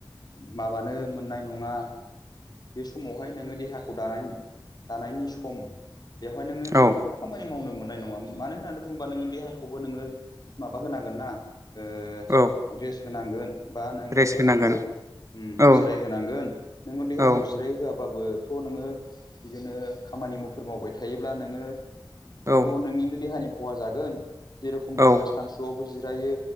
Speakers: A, on the left; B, on the right.
A: माबानो मोननाय नङा बे समावहाय नोङो देहाखौ दानाय दानायनि सम। बेवहाय नोङो जेबो
B: औ
A: खामानि मावनो मोन नाय नङा मानो होननानै बुङोबा नोङो देहाखौबो नोङो माबा होनांगोन ना ओ
B: औ
A: रेस होनांगोन बा नोङो
B: रेस्ट
A: देहाखौ
B: होनांगोन
A: ओम
B: औ
A: जिराय होनांगोन नोङो देहाखौ
B: औ
A: जिराय होआ बाबोथ' नोङो बिदिनो खामानि मुफोर मावबाय थायोब्ला नोङो
B: औ
A: थ' नोंनिनो देहानि ख'हा जागोन जेरेखम जोङो
B: औ
A: सानसुआवबो जिरायो